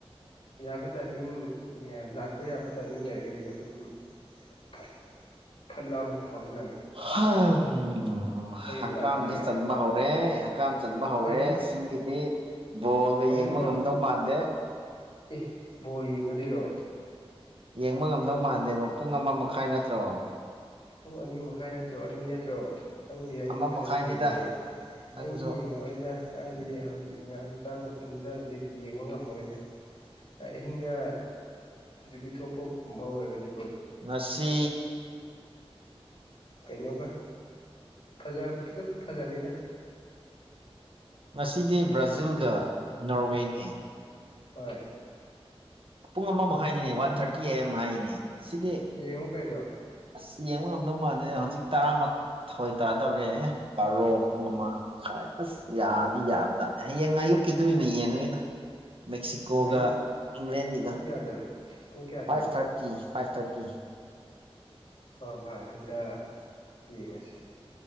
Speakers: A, on the left (about 65°); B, on the right (about 60°).
A: ꯌꯥꯕ ꯇꯥꯏꯃꯤꯡ ꯂꯥꯛꯄ ꯌꯥꯕ ꯇꯥꯏꯃꯤꯡ ꯂꯩꯔꯒꯗꯤꯀꯣ ꯑꯗꯨꯝ ꯐꯠ ꯐꯠ ꯂꯥꯎꯅ ꯐꯥꯎꯖꯜꯂꯒꯦ
B: <unintelligible> ꯎ ꯍꯛꯀꯝꯖꯦ
A: ꯃꯅꯥꯛꯇ ꯍꯥꯏꯒꯗ꯭ꯔꯥ
B: ꯆꯟꯕ ꯍꯧꯔꯦ ꯍꯛꯀꯝ ꯆꯟꯕ ꯍꯧꯔꯦ
A: ꯀꯩꯅꯤ
B: ꯁꯤꯒꯤꯗꯤ ꯕꯣꯜꯒ
A: ꯍꯧꯖꯤꯛꯐꯥꯎ
B: ꯌꯦꯡꯕ ꯉꯝꯗꯧ ꯃꯥꯟꯗꯦ
A: ꯑꯦ ꯕꯣꯔ ꯌꯦꯡꯒꯗꯣꯏꯔꯣ
B: ꯌꯦꯡꯕ ꯉꯝꯗꯧ ꯃꯥꯟꯗꯦꯕ ꯄꯨꯡ ꯑꯃ ꯃꯈꯥꯏ ꯅꯠꯇ꯭ꯔꯣ
A: ꯄꯨꯡ ꯑꯅꯤ ꯃꯈꯥꯏ ꯅꯠꯇ꯭ꯔꯣ ꯑꯅꯤ ꯅꯠꯇ꯭ꯔꯣ ꯈꯪꯗꯦ ꯑꯩꯖꯨ
B: ꯑꯃ
A: ꯐꯖꯅ
B: ꯃꯈꯥꯏꯅꯤꯗ
A: ꯌꯦꯡꯗ꯭ꯔꯦꯍꯦ
B: ꯅꯪꯁꯨ
A: ꯑꯩꯗꯤ ꯌꯦꯡꯉꯔꯣꯏꯗ ꯀꯥꯏꯗꯒꯤ ꯍꯧꯖꯤꯛ ꯉꯥꯍꯥꯛꯖꯥꯡꯒ ꯇꯨꯝꯗꯔꯗꯤ ꯌꯦꯡꯕ ꯉꯝꯃꯔꯣꯏꯗ ꯑꯍꯤꯡꯗ ꯑꯗꯨꯗꯤ ꯊꯣꯛꯄꯒꯨꯝꯕ ꯑꯣꯏꯔꯒꯗꯤ
B: ꯉꯁꯤ
A: ꯀꯩꯅꯣꯒ ꯐꯖ ꯐꯨꯗꯨꯞ ꯐꯖꯅꯤꯗ
B: ꯉꯁꯤꯗꯤ ꯕ꯭ꯔꯥꯖꯤꯜꯒ ꯅꯣꯔꯋꯦꯅꯦ
A: ꯍꯣꯏ
B: ꯄꯨꯡ ꯑꯃ ꯃꯈꯥꯏꯅꯤꯅꯦ ꯋꯥꯟ ꯊꯥꯔꯇꯤ ꯑꯦ ꯑꯦꯝ ꯍꯥꯏꯅꯦ ꯑꯁꯤꯗꯤ
A: ꯌꯦꯡꯉꯣ ꯀꯩꯅꯣ
B: ꯑꯁ ꯌꯦꯡꯕ ꯉꯝꯗꯧ ꯃꯥꯥꯟꯗꯦꯗ ꯍꯧꯖꯤꯛ ꯇꯔꯥ ꯊꯋꯣꯏ ꯇꯗꯣꯔꯦ ꯕꯥꯔꯣ ꯄꯨꯡ ꯑꯃ ꯥꯃꯈꯥꯏ ꯑꯁ ꯌꯥꯗꯤ ꯌꯥꯕꯖꯥꯠꯅꯤ ꯍꯌꯦꯡ ꯑꯌꯨꯛꯀꯤꯗꯨ ꯑꯣꯏꯅ ꯌꯦꯡꯉꯒꯦꯗ ꯃꯦꯛꯁꯤꯀꯣꯒ
A: ꯑꯌꯨꯛ
B: ꯏꯪꯂꯦꯟꯒꯤ
A: ꯄꯨꯡ ꯀꯌꯥꯗꯅꯣ ꯄꯨꯡ ꯀꯌꯥꯗꯅꯣ
B: ꯐꯥꯏꯚ ꯊꯥꯔꯇꯤ ꯐꯥꯏꯚ ꯊꯥꯔꯇꯤ
A: ꯍꯣꯏ ꯍꯣꯏ ꯑꯗꯨꯗ ꯌꯦꯡꯉꯁꯤ